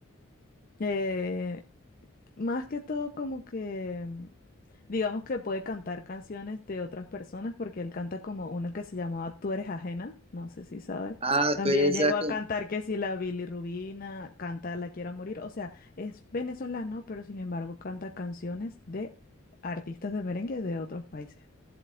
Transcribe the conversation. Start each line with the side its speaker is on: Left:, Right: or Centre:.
Left: eh, Más que todo como que, mm, digamos que puede cantar canciones de otras personas porque él canta como una que se llamaba Tú eres ajena, no sé si sabes.
Right: Ah,
Left: También
Right: tú eres
Left: llegó
Right: la
Left: a cantar que si la Rubina canta La quiera morir, o sea, es venezolano, pero sin embargo canta canciones de artistas de merengue de otros países.